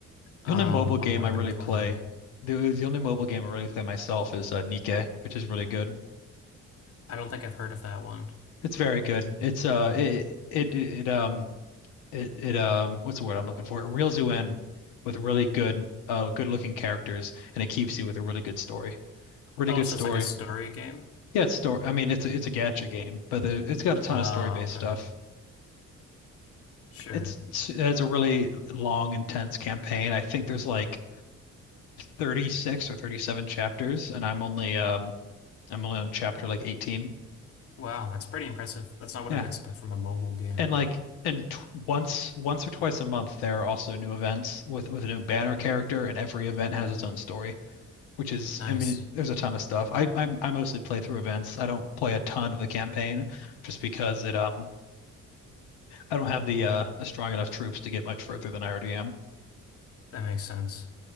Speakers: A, on the left (about 35°); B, on the left (about 70°).
A: um
B: The only mobile
A: on
B: game
A: what
B: I
A: I've
B: really
A: been playing.
B: play, the, the only mobile game I really play myself is uh, Nikke, which is really good.
A: I don't think I've heard of that one.
B: It's very good. It's uh, it it it um. it it um what's the word I'm looking for? It reels you in with really good uh good looking characters and it keeps you with a really good story. Really
A: Oh,
B: good
A: so
B: story.
A: it's like a story game?
B: Yeah, it's story. I mean, it's a, it's a gacha game, but there, it's got a ton
A: Oh,
B: of story based
A: okay.
B: stuff.
A: Sure.
B: It's, it's it has a really long, intense campaign. I think there's like 36 or 37 chapters, and I'm only um I'm only on chapter like 18.
A: Wow, that's pretty impressive. That's not what
B: Yeah,
A: I'd expect from a mobile game.
B: and like and t once once or twice a month, there are also new events with with a new banner character, and every event has its own story. which is
A: Nice.
B: I mean, there's a ton of stuff. I I, I mostly play through events. I don't play a ton of the campaign just because it um I don't have the uh strong enough troops to get much further than I already am.
A: That makes sense.